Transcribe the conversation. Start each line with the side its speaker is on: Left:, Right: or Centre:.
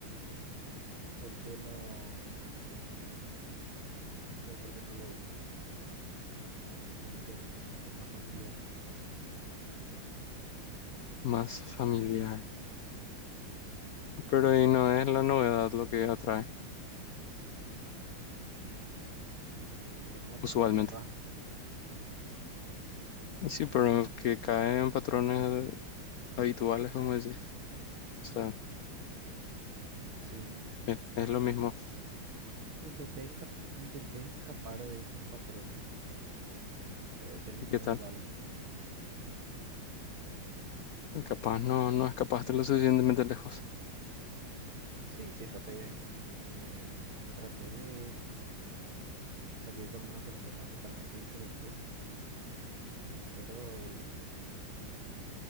Right: ¿Por qué no? No sé, por qué no le gustó Supongo que eso se siente más familiar.
Left: más familiar. Pero ahí no es la novedad lo que atrae
Right: Es una persona
Left: usualmente.
Right: nueva.
Left: Y sí, pero que cae en patrones habituales, como decís. O sea,
Right: Sí,
Left: es, es lo mismo.
Right: intenté, enca- intenté escapar de esos patrones, pero terminó
Left: ¿Y qué tal?
Right: igual.
Left: Capaz no, no escapaste lo suficientemente lejos,
Right: Sí, sí escapé. Eh, traté de salir con una persona totalmente diferente, pero eh,